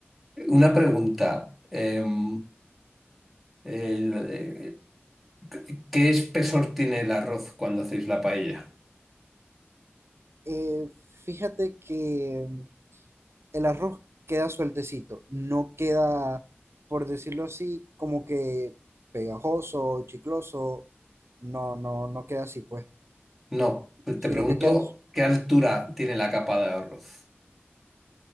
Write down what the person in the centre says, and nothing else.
Una pregunta. em, el- eh, ¿Qué espesor tiene el arroz cuando hacéis la paella?
No, te
pregunto
qué altura tiene la capa de arroz.